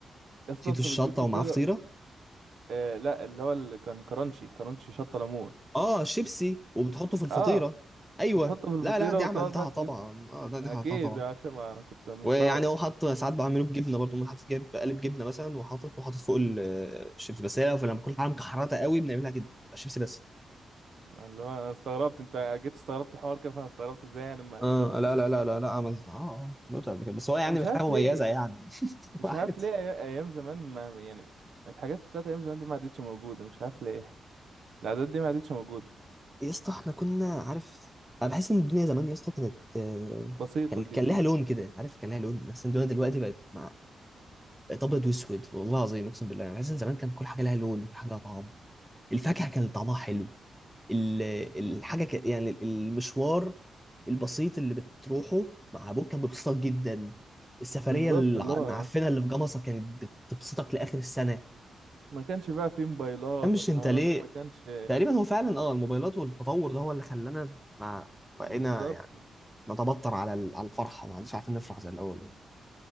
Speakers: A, on the right (about 60°); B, in the centre.
A: اصلا
B: نسيتوا
A: انت
B: الشطه
A: بتجيب فطيرة
B: ومعاه فطيره
A: آه لا اللي هو اللي كان كرانشي كرانشي شطة ليمون
B: اه شيبسي وبتحطه في الفطيره
A: اه
B: ايوه
A: بتحطه في
B: لا
A: الفطيرة
B: لا دي
A: وتقعد
B: عملتها
A: بقى تلف
B: طبعا اه ده- دي
A: اكيد
B: عملتها طبعا
A: عشان ما كنت مستغرب
B: ويعني هو حط ساعات بعمله بجبنه برضه ممكن حاطط جايب قالب جبنه مثلا وحاطط وحاطط فوق ال- الشيبسي بس هي لما بكون حاجه مكحرته قوي بنعملها جدا شيبسي بس
A: اللي هو انا استغربت انت جيت استغربت الحوار كده فانا استغربت ازاي يعني ما
B: اه
A: ما جربتهاش
B: لا لا
A: قبل
B: لا
A: كده
B: لا لا عملت اه اه عملت قبل كده بس
A: أنا
B: هو يعني
A: مش
B: مش
A: عارف
B: حاجه مميزه
A: ليه
B: يعني <laughs>
A: مش
B: واحد
A: عارف ليه أي- ايام زمان ما يعني الحاجات بتاعت ايام زمان دي ما عادتش موجوده مش عارف ليه العادات دي ما عادتش موجوده
B: يا اسطى احنا كنا عارف انا بحس ان الدنيا زمان يا اسطى كانت آه،
A: بسيطه
B: كان
A: كده
B: كان لها لون كده عارف كان لها لون بحس ان الدنيا دلوقتي بقت مع بقت ابيض واسود والله العظيم اقسم بالله انا بحس ان زمان كان كل حاجه لها لون وكل حاجه لها طعم الفاكهه كان طعمها حلو ال- الحاجه ك... يعني المشوار البسيط اللي بتروحه مع ابوك كان بيبسطك جدا السفريه
A: بالظبط
B: الع-
A: اللي هو
B: المعفنه اللي في جمصه كانت بتبسطك لاخر السنه
A: ما كانش بقى فيه موبايلات
B: مش
A: والحوارات
B: انت ليه
A: دي ما كانش
B: تقريبا هو فعلا اه الموبايلات والتطور ده هو اللي خلانا مع بقينا
A: بالظبط
B: يعني نتبطر على ال- على الفرحه ما عادش عارفين نفرح زي الاول يعني.